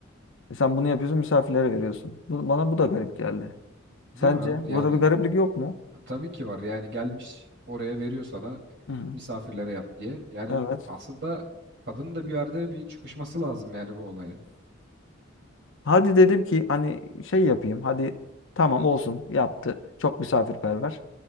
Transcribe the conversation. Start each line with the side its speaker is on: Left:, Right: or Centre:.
Left: E sen bunu yapıyorsun, misafirlere veriyorsun. Bu, bana bu da garip geldi.
Right: Değil
Left: Sence
Right: mi abi?
Left: burada
Right: Yani
Left: bir gariplik yok mu?
Right: e, tabii ki var. Yani gelmiş oraya veriyor sana
Left: Hı hı.
Right: misafirlere yap diye. Yani
Left: Evet.
Right: aslında kadının da bir yerde bir çıkışması lazım yani bu olaya.
Left: Hadi dedim ki hani şey yapayım. Hadi tamam olsun yaptı. Çok misafirperver.